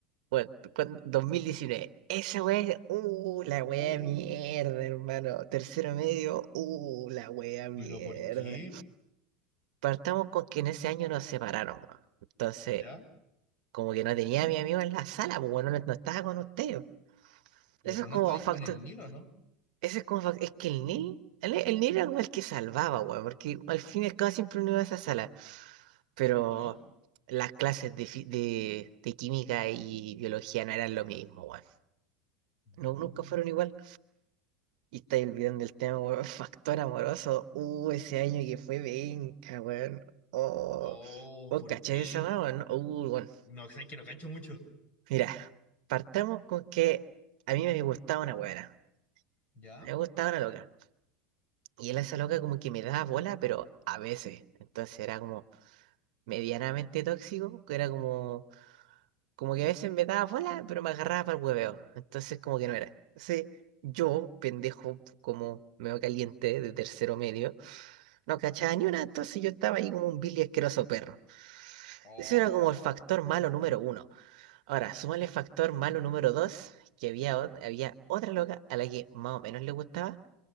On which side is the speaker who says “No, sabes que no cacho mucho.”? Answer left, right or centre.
Left